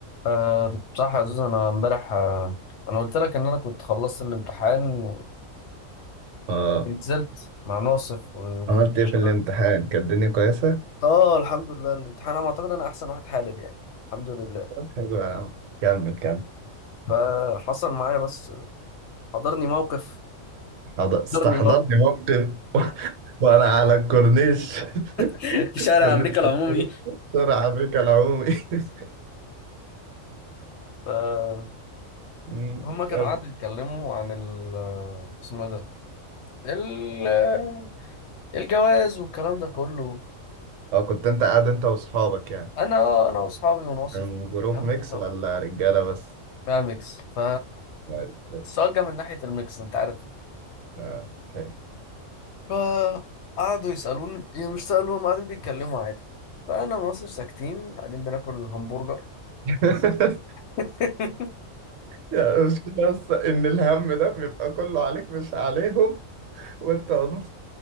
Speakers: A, on the left; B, on the right.
A: أه صح يا عزيز انا امبارح أه انا قلت لك ان انا كنت خلصت الامتحان
B: اه
A: ونزلت مع ناصف وجروب
B: عملت
A: الشباب
B: ايه في الامتحان كانت الدنيا كويسة
A: اه الحمد لله الامتحان انا اعتقد انا احسن واحد حالل يعني الحمد لله
B: طب حلو يا عم كمل كمل
A: فحصل معايا بس حضرني موقف
B: حض- استحضرني
A: حضرني موقف
B: موقف <laughs> وانا على الكورنيش <laughs>
A: <laughs> في شارع
B: كورنيش
A: امريكا العمومي
B: بسرعة بك العمومي <laughs>
A: فهم
B: مم،
A: كانوا
B: كمل
A: قعدوا يتكلموا عن ال آه، اسمه إيه ده ال- آه، الجواز والكلام ده كله
B: اه كنت انت قاعد انت واصحابك يعني
A: انا آه، انا واصحابي وناصف
B: كان جروب
A: فاهموا
B: ميكس
A: كده
B: ولا رجالة بس
A: فاهم ميكس ف
B: طيب حلو
A: السؤال جه من ناحية الميكس انت عارف
B: اه حلو
A: فقعدوا يسألوني يعني مش سألوا هم قاعدين بيتكلموا عادي فأنا ما بصش ساكتين قاعدين بناكل الهمبرجر
B: <laughs>
A: <laughs>
B: يعني المشكلة بس إن الهم ده بيبقى كله عليك مش عليهم وأنت واضح.